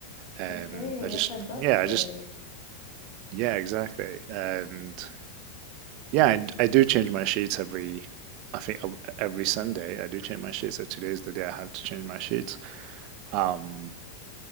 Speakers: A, on the right; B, on the left.
A: and
B: Okay,
A: I
B: well,
A: just
B: productive.
A: yeah, I just yeah, exactly. And yeah, I, I do change my sheets every I think ev- every Sunday I do change my sheets. So today's the day I have to change my sheets. Um,